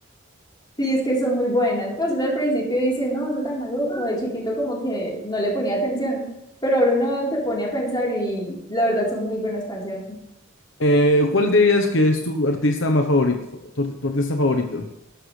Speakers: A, on the left (about 20°); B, on the left (about 65°).
A: Sí, es que son muy buenas. Pues uno al principio dice, no, eso es tan maluco, de chiquito como que no le ponía atención, pero ahora uno se pone a pensar y la verdad son muy buenas canciones.
B: Eh, ¿cuál dirías que es tu artista más favorito, tu, ar- tu artista favorito?